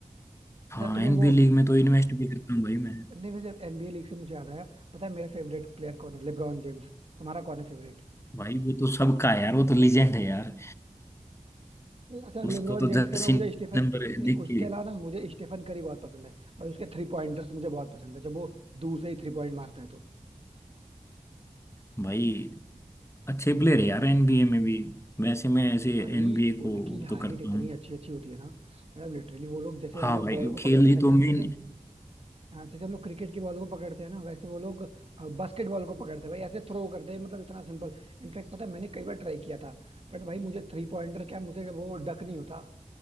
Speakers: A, on the right; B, on the left.
A: अच्छा
B: हाँ
A: तुम्हें
B: एनबीए
A: वो
B: लीग में तो इन्वेस्ट भी करता हूँ भाई मैं
A: नहीं वैसे एनबीए लीग से मुझे याद आया पता है मेरा फेवरेट प्लेयर कौन है LeBron James तुम्हारा कौन है फेवरेट
B: भाई वो तो सबका है यार वो तो लीजेंड है यार
A: अच्छा लेब्रॉन
B: उसको तो
A: जेम्स
B: जर्सी
A: के अलावा मुझे स्टीफन
B: नंबर
A: नहीं
B: देख
A: उसके
B: के
A: अलावा ना मुझे स्टीफन करी बहुत पसंद है भाई उसके थ्री पॉइंटर्स मुझे बहुत पसंद है जब वो दूर से ही थ्री पॉइंट मारता है तो
B: भाई अच्छे प्लेयर है यार एनबीए में भी वैसे मैं ऐसे
A: भाई
B: एनबीए
A: उनकी
B: को
A: हाइट
B: तो करता
A: इतनी
B: हूँ
A: अच्छी अच्छी होती है ना मतलब लिटरली वो लोग जैसे हम
B: हाँ
A: लोग
B: भाई
A: बॉल
B: वो
A: को
B: खेल
A: पकड़
B: ही तो मेन
A: जैसे हाँ जैसे हम लोग क्रिकेट की बॉल को पकड़ते हैं ना वैसे वो लोग बास्केट बॉल को पकड़ते हैं भाई ऐसे थ्रो करते हैं मतलब इतना सिंपल इनफैक्ट पता है मैंने कई बार ट्राई किया था बट भाई मुझे थ्री पॉइंटर क्या मुझे वो डक नहीं होता